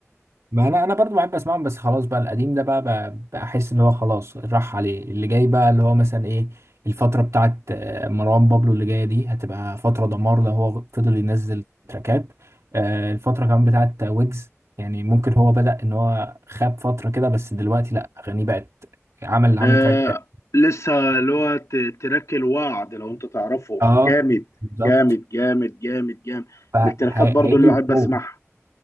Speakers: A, on the right; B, on the left.
A: ما انا انا برضو بحب اسمعهم بس خلاص بقى القديم ده بقى بقى بقى احس ان هو خلاص راح عليه اللي جاي بقى اللي هو مثلا ايه الفتره بتاعت آه، مروان بابلو اللي جايه دي هتبقى فتره دمار لو هو فضل ينزل تراكات آه، الفتره كمان بتاعت ويجز يعني ممكن هو بدأ ان هو خاب فتره كده بس دلوقتي لا اغانيه بقت عمل عمل
B: آه
A: تراك تاني
B: لسه اللي هو ت- تراك الوعد لو انت تعرفه
A: اه
B: جامد
A: بالظبط
B: جامد جامد جامد جامد
A: فهيجي
B: من التراكات برضه اللي بحب
A: بقوه
B: اسمعها